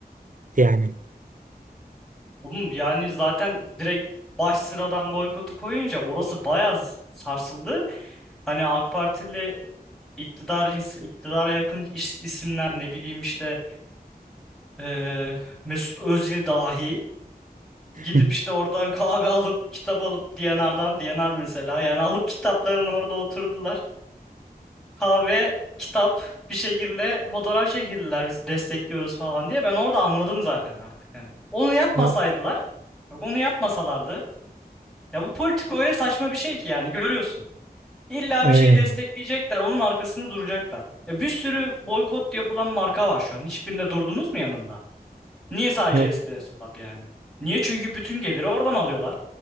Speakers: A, on the right (about 55°); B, in the centre.
A: yani.
B: Oğlum yani zaten direkt baş sıradan boykotu koyunca orası bayağı z- sarsıldı. Hani AK Partili iktidar ins- iktidara yakın is- isimler ne bileyim işte eee, Mesut Özil dahi gidip
A: Hı.
B: işte oradan <laughs> kahve alıp kitap alıp D&R'dan D&R mesela yani alıp kitaplarını orada oturdular. kahve, kitap bir şekilde fotoğraf çekildiler biz destekliyoruz falan diye. Ben orada anladım zaten artık yani. Onu yapmasaydılar,
A: O
B: bak onu yapmasalardı. Ya bu politika öyle saçma bir şey ki yani görüyorsun. İlla
A: öyle
B: bir şey
A: ya.
B: destekleyecekler, onun arkasını duracaklar. E bir sürü boykot yapılan marka var şu an. Hiçbirinde durdunuz mu yanında? Niye sadece
A: Yok
B: Espresso Lab yani? Niye? Çünkü bütün geliri oradan alıyorlar.